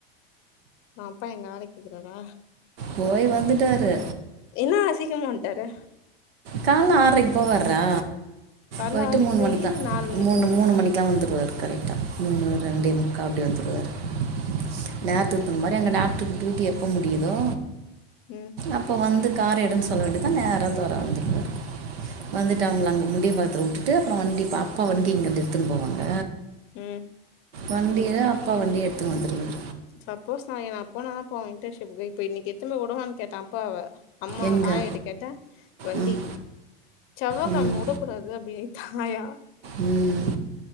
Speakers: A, on the left; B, on the right.
A: அ அப்பா எங்க வேலை போயாக்கிறாரா
B: போய் வந்துட்டாரு
A: இன்னும் அசிக்க மாட்டாரு.
B: கால்ல ஆறரைக்கு போவாரு டா
A: கால்ல
B: போயிட்டு
A: ஆறரைக்கு
B: மூணு
A: போயி
B: மணிக்குதா
A: நாலு மணிக்கு
B: மூணு
A: வருவாரா
B: மூணு மணிக்கலாம் வந்துருவாரு ம் ரெண்டே
A: அப்றோ
B: முக்கா அப்டி வந்துருவாரு <unintelligible> டாக்டரு
A: ம்
B: டியூட்டி எப்ப முடியுதோ
A: ம்
B: அப்ப வந்து கார எடம் சொல்ல வேண்டிதான் நேரா தொற வந்துருவாரு வந்துட்டு அவங்க அங்க முடிய அத வுட்டுட்டு அப்ற வண்டி பாப் அப்பா வண்டி இங்கந்து எடுத்துன்னு போவாங்க
A: ம்
B: வண்டிய அப்பா வண்டி எடு த்து வந்துருவாரு
A: சப்போஸ் நா நாளைக்கு போனாதா போவன் இன்டர்ன்ஷிப்புக்கு இப்ப இன்னைக்கு எத்துன்னு போய் விடவான்னு கேட்டா அப்பாவ அம்மா
B: எங்கே
A: ஆயகிட்ட கேட்ட வண்டி
B: ம்
A: செவ்வா
B: ம்
A: கிழம வுடக்கூடாது அப்டின்னு ஆயா
B: ம்